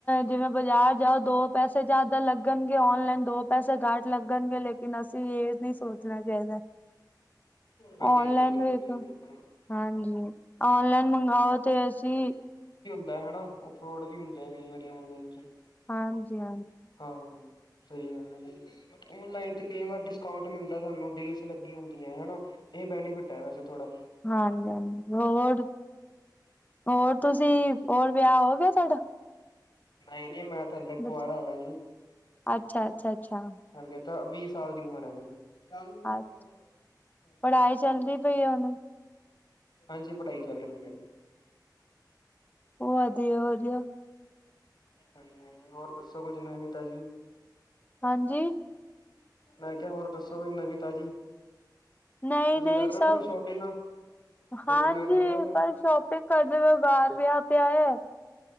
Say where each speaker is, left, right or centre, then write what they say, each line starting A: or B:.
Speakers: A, on the left; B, on the left.
A: ਜਿਵੇਂ ਬਾਜ਼ਾਰ ਜਾਓ ਦੋ ਪੈਸੇ ਜ਼ਿਆਦਾ ਲੱਗ ਲੱਗਣਗੇ ਔਨਲਾਈਨ ਦੋ ਪੈਸੇ ਘੱਟ ਲੱਗਣਗੇ ਲੇਕਿਨ ਅਸੀਂ ਇਹ ਨਈ ਸੋਚਣਾ ਚਾਹੀਦਾ।
B: ਹਾਂਜੀ
A: ਔਨਲਾਈਨ
B: ਹਾਂਜੀ ਬਿਲਕੁਲ
A: ਵੇਖ
B: ਜੀ ਬਿਲਕੁਲ।
A: ਹਾਂਜੀ ਔਨਲਾਈਨ ਮੰਗਾਓ ਤੇ ਅਸੀਂ
B: ਡੈਮ ਹਨਾ ਉਹ ਫਰੋਡ ਵੀ ਹੁੰਦੇ ਕਈ ਵਾਰੀ ਔਨਲਾਈਨ ਵਿਚ ਈ।
A: ਹਾਂਜੀ-ਹਾਂਜੀ।
B: ਹਾਂ ਸਹੀ ਗੱਲ ਐ ਜੀ ਔਨਲਾਈਨ ਚ ਕਈ ਵਾਰ ਡਿਸਕਾਊਂਟ। ਮਿਲਦੈ ਸਾਨੂੰ ਡੀਲਸ ਲੱਗੀ ਹੁੰਦੀਐ ਹਨਾ ਇਹ ਬੈਨੀਫਿਟ ਐ ਵੈਸੇ ਥੋੜਾ
A: ਹਾਂਜੀ ਹਾਂਜੀ ਹੋਰ ਹੋਰ ਤੁਸੀਂ ਹੋਰ ਵਿਆਹ ਹੋ ਗਿਆ ਤੁਹਾਡਾ
B: ਨਹੀਂ ਨਹੀਂ ਮੈਂ ਤੇ ਹਲੇ ਕੁਵਾਰਾ
A: ਬੱਚਾ
B: ਵਾ।
A: ਅੱਛਾ ਅੱਛਾ ਅੱਛਾ
B: ਹਲੇੇ ਤਾਂ ਵੀਹ ਸਾਲ ਦੀ ਉਮਰ ਹੈ ਮੇਰੀ <unintelligible>
A: ਹਾਂ ਪੜ੍ਹਾਈ ਚੱਲਦੀ ਪਈ ਉਹਨੂੰ
B: ਹਾਂਜੀ ਪੜ੍ਹਾਈ ਚੱਲ ਰੀ ਮੇਰੀ।
A: ਵਧੀਆ ਵਧੀਆ
B: ਹਾਂਜੀ ਹਾਂਜੀ ਹੋਰ ਦੱਸੋ ਕੁਝ ਨਵੀਂ ਤਾਜ਼ੀ
A: ਹਾਂਜੀ
B: ਮੈਂ ਕਿਹਾ ਹੋਰ ਦੱਸੋ ਵੀ ਨਵੀ ਤਾਜ਼ੀ
A: ਨਹੀਂ
B: ਤੁਸੀਂ
A: ਨਹੀਂ
B: ਕਰ ਰਹੇ
A: ਸਭ
B: ਓ ਫੇਰ ਸ਼ੋਪਿੰਗਾਂ ਸ਼ੋਪਿੰਗਾਂ
A: ਹਾਂਜੀ
B: ਕਰ ਰਹੇ ਓ ਫੇਰ
A: ਬਸ ਸ਼ੋਪਿੰਗ ਕਰਦੇ ਬੇਓ ਬਾਹਰ ਵਿਆਹ ਪਿਆ ਐ।